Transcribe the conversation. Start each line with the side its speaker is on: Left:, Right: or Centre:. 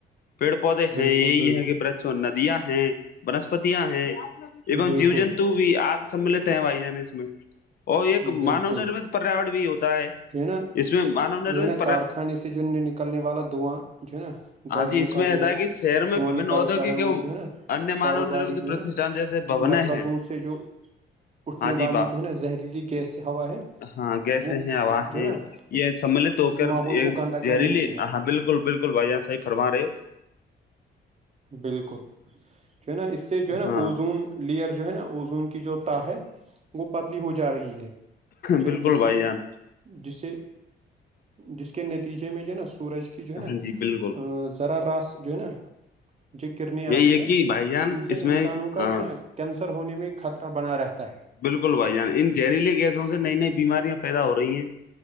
Left: پیڑ پودے
Right: بالکل
Left: ہیں یہی
Right: بالکل
Left: ہے کہ برچ ندیاں ہیں بنسپتیاں ہیں ای
Right: بالکل
Left: جیو جنتو بھی آد سملت ہیں بھائی جان اس میں اور ایک
Right: بالکل
Left: مانو نرمت پریاور بھی ہوتا ہے
Right: جو نا
Left: اس میں مانو نرمت
Right: جو ہے نا کارخانے سے جو نکلنے والا دواں جو ہے نا گاڑیوں
Left: ہاں جی اس
Right: کا
Left: میں
Right: جو ہے
Left: کہ شہر میں
Right: دھواں
Left: وبن
Right: نکال
Left: ادیوگک
Right: ہوتا ہے وہ
Left: ایوم
Right: جو ہے نا
Left: انیہ
Right: کاروباری
Left: مانو نرت
Right: جو
Left: پرتشٹھان
Right: ہے نا
Left: جیسے بھونے
Right: مرکزوں
Left: ہیں
Right: سے جو اٹھنے
Left: ہاں جی
Right: والی
Left: با
Right: جو ہے نا زہریلی گیس ہوا ہے
Left: ہاں گیسیں
Right: وہ
Left: ہیں ہوا
Right: جو
Left: ہیں
Right: ہے نا اس
Left: یہ سملت ہو
Right: اس
Left: کر
Right: ماحول
Left: یہ
Right: کو گندا
Left: زہریلی
Right: کر لیتی ہے
Left: ہاں بالکل بالکل بائی صح فرما رہ ہو
Right: بالکل جو ہے نا اس سے جو ہے نا
Left: ہاں
Right: اوزون لیئر جو ہے نا اوزون کی جو تا ہے وہ پتلی ہو جا رہی ہے ج
Left: بالکل
Right: نا جس
Left: بھائی
Right: سے
Left: جان
Right: جسے جس کے نتیجے میں جو نا سورج جو ہے نا
Left: ہاں جی بالکل
Right: ا ذرا راس جو ہے نا جو کرنیں آتی
Left: یہی ہے
Right: ہیں
Left: کہ بھائی جان
Right: ان سے
Left: اس
Right: انسانوں
Left: میں
Right: کا
Left: ہاں
Right: جو ہے نا کینسر ہونے میں خطرہ بنا رہتا ہے
Left: بالکل بھائی جان ان زہریلی گیسوں سے نئی نئی بیماریاں پیدا ہو رہی ہیں